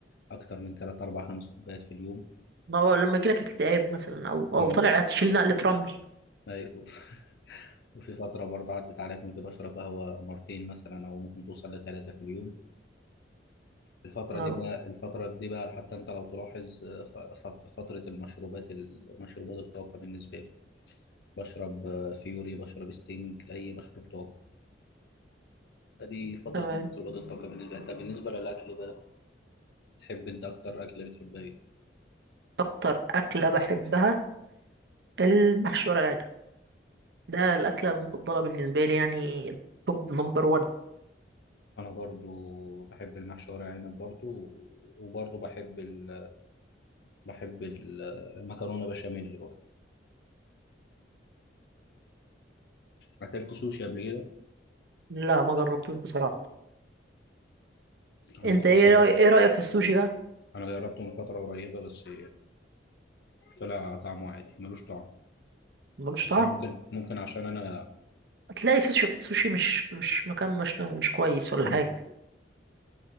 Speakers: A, on the left; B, on the right.
A: اكتر من 3 4 5 كوبايات في اليوم
B: ما هو لما يجيلك اكتئاب مثلا او او
A: مم.
B: طالع تشيل نقله رمل
A: ايوه وفي فترة برضه عدت عليا كنت بشرب قهوة مرتين مثلا أو ممكن توصل لثلاثة في اليوم الفترة
B: اه
A: دي بقى الفترة دي بقى حتى أنت لو تلاحظ آه، ف- فت- فترة المشروبات ال- مشروبات الطاقة بالنسبة لي بشرب آه، فيوري بشرب ستينج أي مشروب طاقة فدي فترة
B: تمام
A: مشروبات الطاقة بالنسبة لي طب بالنسبة للأكل بقى تحب أنت أكتر أكلة بتحبها إيه؟
B: اكتر اكله بحبها المحشي ورق العنب ده الاكله المفضله بالنسبه لي يعني توب نمبر 1
A: أنا برضو بحب المحشي ورق عنب برضو وبرضو بحب ال... بحب ال- المكرونة بشاميل برضو أكلت سوشي قبل كده
B: لا ما جربتوش بصراحه
A: أنا
B: انت ايه
A: جربت
B: رأي... ايه رايك في السوشي بقى
A: انا جربته من فتره قريبه بس طلع طعمه عادي ملوش طعم
B: ملوش
A: بس
B: طعم
A: ممكن ممكن عشان انا
B: تلاقي سوشي سوشي مش مش مكان مش مش كويس ولا
A: مم.
B: حاجة